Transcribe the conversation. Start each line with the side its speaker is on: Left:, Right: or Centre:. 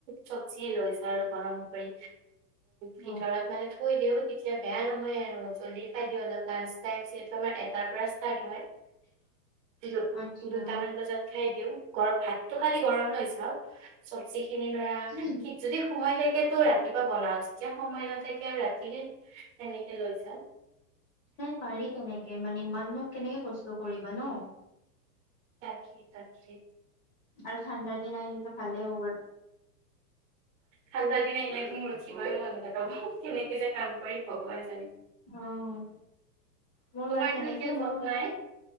Right: চব্জিয়ে লৈ যাওঁ আৰু গৰম কৰি, ভিতৰত
Left: অ',
Right: মানে থৈ দিও তেতিয়া বেয়া নহয় আৰু আৰু জল্দি খাই দিওঁ, লাঞ্চ টাইম যিহেতু আমাৰ এটাৰ পৰা ষ্টাৰ্ট হয়। <unintelligible>
Left: আচ্ছা।
Right: দুটা মান বজা খাই দিওঁ, গৰ ভাতটো খালি গৰম লৈ যাওঁ, চবজি খিনি ধৰা
Left: উম,
Right: যদি সময় থাকেতো ৰাতিপুৱা বনাও, যেতিয়া সময় নাথাকে আৰু ৰাতিৰে তেনেকে লৈ যাওঁ।
Left: এই পাৰি তেনেকে মানে, ইমাননো কেনেকে কষ্ট কৰিবা ন।
Right: তাকে-তাকে।
Left: আৰু ঠাণ্ডাৰ দিন আহি আছে ভালে হ'ব
Right: ঠাণ্ডাৰ দিন আহিলে মোৰ উঠিবয়ে মন নাযাব। কেনেকে যে কাম কৰিম ভগবান জানে।
Left: অ', মোৰ
Right: তোমাৰতো
Left: মানে তেনেকে
Right: এতিয়া
Left: মোৰো
Right: জব নাই